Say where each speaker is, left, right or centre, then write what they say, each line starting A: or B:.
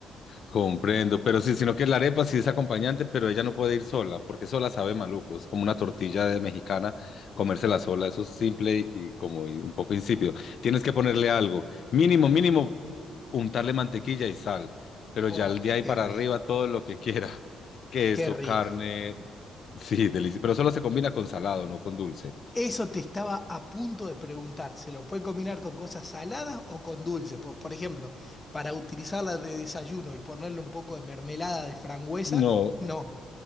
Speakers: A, on the left; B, on the left.
A: Comprendo, pero sí, sino que la arepa sí es acompañante, pero ella no puede ir sola, porque sola sabe maluco, es como una tortilla de mexicana, comérsela sola, eso es simple y, y como y un poco insípido. Tienes que ponerle algo, mínimo, mínimo, untarle mantequilla y sal, pero
B: Oh,
A: ya el día ahí
B: qué
A: para
B: rico,
A: arriba todo lo que quiera, <laughs> queso,
B: qué rico.
A: carne, sí, delicioso, pero solo se combina con salado, no con dulce.
B: Eso te estaba a punto de preguntar. ¿Se lo puede combinar con cosas saladas o con dulces? Por, por ejemplo, para utilizarla de desayuno y ponerle un poco de mermelada de frangüesa,
A: No,
B: no.